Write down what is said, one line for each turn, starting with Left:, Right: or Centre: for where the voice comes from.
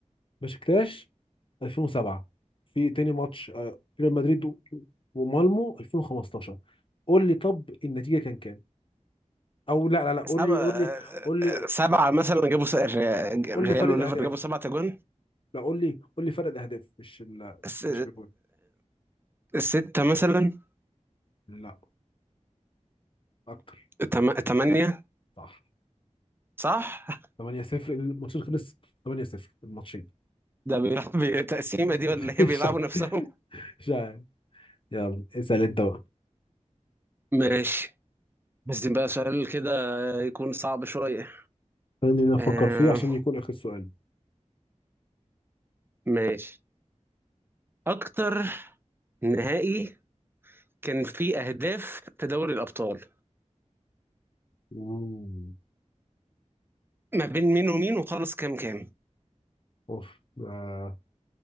Left: بشكتاش 2007 في تاني ماتش آه، ريال مدريد و- ومالمو 2015 قول لي طب النتيجة كان كام او لا لا لا قول
Right: سبعة
Left: لي قول لي قول لي
Right: سبعة مثلا جابوا س- ريال
Left: قول لي فرق
Right: وليفر
Left: الاهداف
Right: جابوا سبعة أجوان
Left: لا قول لي قول لي فرق الاهداف مش ال
Right: س-
Left: مش الجول
Right: ستة مثلا
Left: لا اكتر
Right: تم- تمانية
Left: صح
Right: صح؟ <laughs>
Left: 8 0 الماتشين خلص 8 0 الماتشين
Right: ده بيلعب تقسيمة
Left: <laughs>
Right: دي ولا ايه
Left: مش
Right: بيلعبوا
Left: عارف
Right: نفسهم؟
Left: مش عارف يلا اسال انت بقى
Right: <laughs> ماشي بس بقى سؤال كده يكون صعب شوية
Left: خليني أنا افكر
Right: آه
Left: فيه عشان يكون اخر سؤال
Right: ماشي أكتر نهائي كان فيه أهداف في دوري الأبطال
Left: مم.
Right: ما بين مين ومين وخلص كام كام
Left: اوف آه.